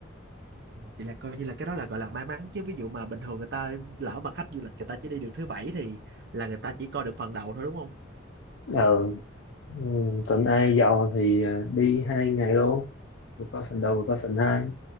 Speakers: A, on the right; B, on the left.
A: Ồ, vậy là coi như là cái đó là gọi là may mắn chứ ví dụ mà bình thường người ta lỡ mà khách du lịch người ta chỉ đi được thứ bảy thì là người ta chỉ coi được phần đầu thôi đúng không
B: ờ ừ, tuần ai giàu thì ờ, đi hai ngày luôn vừa có phần đầu vừa có phần hai